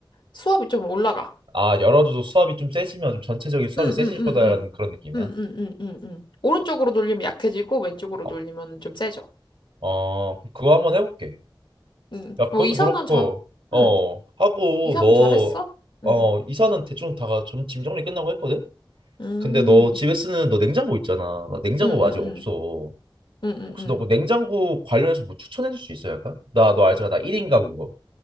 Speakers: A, on the left; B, on the right.
A: 수압이 좀 올라가.
B: 아 열어줘도 수압이 좀 세지면 좀 전체적인 수압이
A: 응응응응.
B: 세질 거다라는 그런 느낌이야.
A: 응응응응응. 오른쪽으로 돌리면 약해지고 왼쪽으로
B: 어,
A: 돌리면 좀 세져.
B: 어 그거 한번 해볼게.
A: 응.
B: 야 그것도
A: 뭐 이사는
B: 그렇고
A: 잘.
B: 어
A: 응.
B: 하고
A: 이사는
B: 너
A: 잘했어?
B: 어
A: 응.
B: 이사는 대충 다가 좀 짐 정리 끝나고 했거든.
A: 음.
B: 근데 너 집에 쓰는 너 냉장고 있잖아. 나 냉장고
A: 응응응.
B: 아직 없어.
A: 응응응.
B: 혹시 너그 냉장고 관련해서 뭐 추천해 줄 수 있어 약간? 나 너 알잖아. 나 1인 가구인 거.